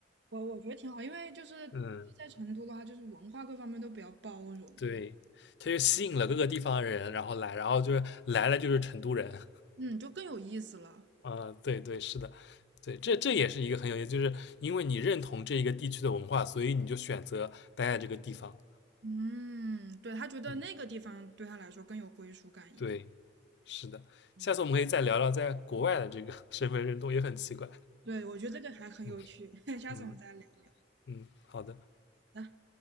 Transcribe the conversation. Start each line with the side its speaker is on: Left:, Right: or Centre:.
Right: 我我觉得挺好，因为就是就是在成都的话，
Left: <laughs> 嗯，
Right: 就是文化各方面都比较包容，
Left: 对，它就吸引了各个地方的人，然后来，然后就是来了就是成都人。<laughs>
Right: 嗯，就更有意思了。
Left: 啊，对对，是的，对，这这也是一个很有意思，就是因为你认同这一个地区的文化，所以你就选择待在这个地方。
Right: 嗯，对，他觉得那个地方对他来说更有归属感一点。
Left: 嗯，对，是的，
Right: 对，
Left: 下次我们可以再聊聊在国外的这个 <laughs> 身份认同，也很奇怪。
Right: 对，我觉得这个还很有趣，
Left: 嗯
Right: <laughs> 下次我们再聊一聊。
Left: 嗯嗯，好的。
Right: 好的